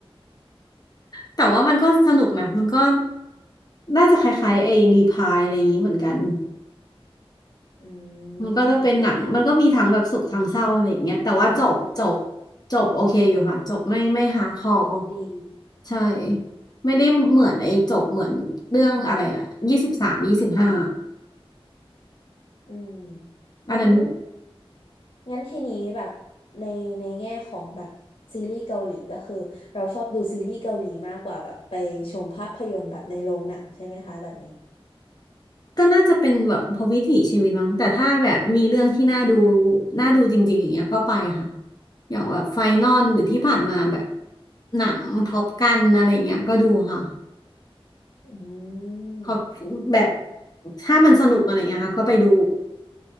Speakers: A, on the left; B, on the left.
A: แต่ว่ามันก็สนุกนะ มันก็น่าจะคล้ายๆไอ้รีพายอะไรอย่างงี้เหมือนกัน
B: อื
A: มันก็จะเป็นหนังมันก็มีทั้งแบบสุขทั้งเศร้าอะไรอย่างเงี้ยแต่ว่าจบจบ
B: ม
A: จบโอเคอยู่ค่ะจบไม่ไม่ฮาร์ดคอร์
B: จบดี
A: ใช่ไม่ได้เหมือนไอ้จบเหมือนเรื่องอะไรอะยี่สิบสามยี่สิบห้า
B: อืม
A: อันนั้น
B: งั้นงั้นทีนี้แบบในในแง่ของแบบซีรีส์เกาหลีก็คือเราชอบดูซีรีส์เกาหลีมากกว่าแบบไปชมภาพยนตร์แบบในโรงหนังใช่ไหมคะแบบนี้
A: ก็น่าจะเป็นแบบพอวิถีชีวิตมั้งแต่ถ้าแบบมีเรื่องที่น่าดูน่าดูจริงๆอย่างเงี้ยก็ไปค่ะอย่างแบบไฟนอลหรือที่ผ่านมาแบบหนังท็อปกันอะไรอย่างเงี้ยก็ดูค่ะ
B: อื
A: ขอ
B: ม
A: แบบถ้ามันสนุกอะไรอย่างเงี้ยค่ะก็ไปดู